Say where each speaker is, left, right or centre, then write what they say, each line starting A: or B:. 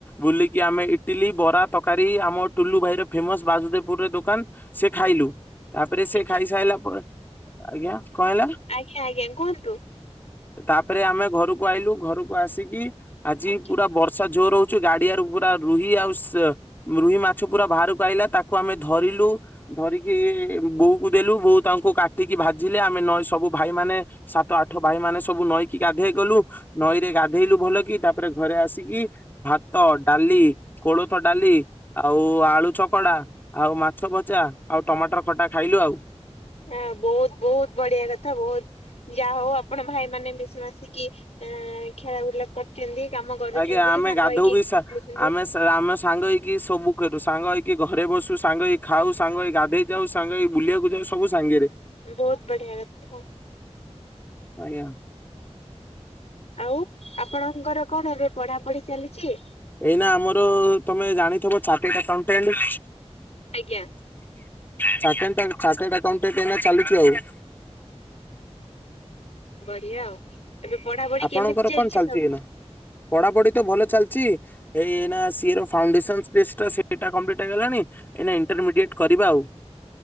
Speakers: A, on the left; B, on the left.
A: ବୁଲିକି ଆମେ ଇଟିଲି, ବରା, ତକାରୀ, ଆମ ଟୁଲୁ ଭାଇର ଫେମସ ବାସୁଦେପୁରରେ ଦୋକାନ ସେ ଖାଇଲୁ। ତାପରେ
B: ଆଜ୍ଞା
A: ସେ ଖାଇ ସାଇଲା ପରେ ଆଜ୍ଞା? କଣ ହେଲା?
B: ଆଜ୍ଞା, ଆଜ୍ଞା। କୁହନ୍ତୁ।
A: ତାପରେ ଆମେ ଘରକୁ ଆଇଲୁ। ଘରକୁ ଆସିକି, ଆଜି
B: ଆଜ୍ଞା।
A: ପୁରା ବର୍ଷା ଜୋର ହଉଚୁ। ଗାଡିଆରୁ ପୁରା ରୁହି ଆଉ ସେ ରୁହି ମାଛ ପୁରା ବାହାରକୁ ଆଇଲା ତାକୁ ଆମେ ଧରିଲୁ ଧରିକି ବୋଉକୁ ଦେଲୁ। ବୋଉ ତାଙ୍କୁ କାଟିକି ଭାଜିଲେ, ଆମେ ନ ସବୁ ଭାଇମାନେ ସା ସାତ ଆଠ ଭାଇ ମାନେ ସବୁ ନଈକି ଗାଧେଇ ଗଲୁ। ନଈରେ ଗାଧେଇଲୁ ଭଲ କି, ତାପରେ ଘରେ ଆସିକି ଭାତ, ଡାଲି, କୋଳଥ ଡାଲି ଆଉ ଆଳୁ ଚକଡା ଆଉ ମାଛ ଭଜା ଚା ଆଉ ଟମାଟର ଖଟା ଖାଇଲୁ ଆଉ।
B: ହ ବହୁତ ବହୁତ ବଢିଆ କଥା ବହୁତ ଯାହା ହଉ ଆପଣ ଭାଇ ମାନେ ମିଶି ମାସିକି ଆ ଖେଳା ବୁଲା କରୁଛନ୍ତି। କାମ
A: ଆଜ୍ଞା ଆମେ
B: ସାଙ୍ଗ
A: ଗାଧଉ
B: ହେଇକି
A: ବି ସା
B: ଖେଳୁଛନ୍ତି
A: ଆମେ ସା ଆମେ ସାଙ୍ଗ ହେଇକି ସବୁ ସାଙ୍ଗ ହେଇକି ଘରେ ବସୁ ସାଙ୍ଗ ହେଇ ଖାଉ ସାଙ୍ଗ ହେଇ ଗାଧେଇ ଯାଉ ସାଙ୍ଗ ହେଇ ବୁଲିବାକୁ ଯାଉ ସବୁ ସାଙ୍ଗରେ।
B: ବହୁତ ବଢ଼ିଆ କଥା।
A: ଆଜ୍ଞା।
B: ଆଉ ଆପଣଙ୍କର କଣ ଏବେ ପଢାପଢି ଚାଲିଛି।
A: ଏଇନା ଆମର ତମେ ଜାଣିଥିବ ଚାଟାଡ ଆକାଉଣ୍ଟାଣ୍ଟ।
B: ଆଜ୍ଞା
A: ଚନ୍ତାଣ୍ଟ ଚାଟାଡ ଆକାଉଣ୍ଟୁ ଏହିନେ ଚାଳିଛି ଆଉ।
B: ବଢିଆ ଆଉ। ଏବେ ପଢାପଢି
A: ଆପଣଙ୍କର
B: କେମିତି
A: କଣ ଚାଲିଛି
B: ସବୁ
A: ଏଇନା। ପଢାପଢି ତ ଭଲ ଚାଲିଛି। ଏଇ ଏହୀନ ସିଏ ର ଫାଉଣ୍ଡେଶନ ସ୍ପେସ ଟା ସେଇଟା କଂପ୍ଲିଟି ହେଇଗଲାଣି ଏଇନା ଇଣ୍ଟରମିଡିଏଟ୍ କରିବା ଆଉ।